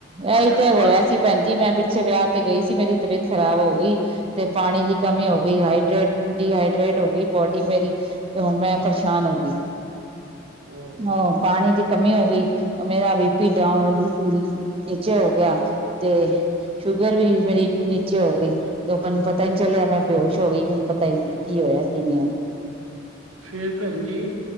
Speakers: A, on the right; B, on the right.
A: ਇਹੀ
B: ਅਗਰ
A: ਤੇ
B: ਪਾਣੀ
A: ਹੋਇਆ ਸੀ ਭੈਣ ਜੀ ਮੈਂ ਪਿੱਛੇ ਵਿਆਹ ਤੇ ਗਈ ਸੀ ਮੇਰੀ ਤਬੀਅਤ ਖਰਾਬ ਹੋ ਗਈ ਤੇ ਪਾਣੀ ਦੀ ਕਮੀ ਹੋ ਗਈ ਹਾਈਡਰੇਟ ਡੀਹਾਈਡਰੇਟ ਹੋ ਗਈ ਬੋਡੀ ਮੇਰੀ। ਤੇ ਮੈਂ ਪਰੇਸ਼ਾਨ ਹੋ ਗਈ
B: ਓਹੋ
A: ਹਾਂ ਪਾਣੀ ਦੀ ਕਮੀ ਹੋ ਗਈ ਮੇਰਾ ਬੀ ਪੀ ਡਾਂਓਨ ਨੀਚੇ ਹੋ ਗਿਆ ਤੇ ਸ਼ੂਗਰ ਵੀ ਮੇਰੀ ਨੀਚੇ ਹੋ ਗਈ। ਤੇ ਮੈਨੂੰ ਪਤਾ ਨੀ ਚੱਲਿਆ ਮੈਂ ਬੇਹੋਸ਼ ਹੋ ਗਈ ਮੈਨੂੰ ਪਤਾ ਹੀ ਨਹੀਂ ਕੀ ਹੋਇਆ ਕੀ ਨਹੀਂ ਹੋਇਆ।
B: ਫੇਰ ਭੈਣ ਜੀ?